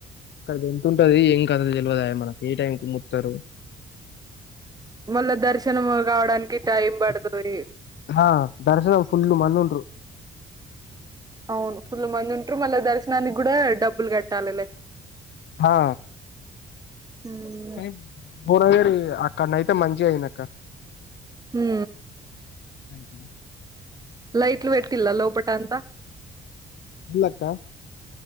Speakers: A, on the left (about 65°); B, on the right (about 20°).
A: ది ఎంతంటది ఏం కద తెలివదు మనకి ఏ టైం కు ముక్కుతరు
B: మళ్ళా దర్శనం కావడానికి టైం పడుతది
A: ఆ దర్శనం ఫుల్ మన్ను ఉంటరు
B: అవును ఫుల్ మంది ఉంటరు మళ్ళీ దర్శనానికి కూడా డబ్బులు కట్టాలిలే
A: హా
B: ఉమ్
A: కానీ పూరవేరి అక్కడనయితే మంచిగా అయిన
B: ఉ
A: అ
B: లైట్లు ఎట్తిల్ల లోపట అంత
A: ఇల్లక్క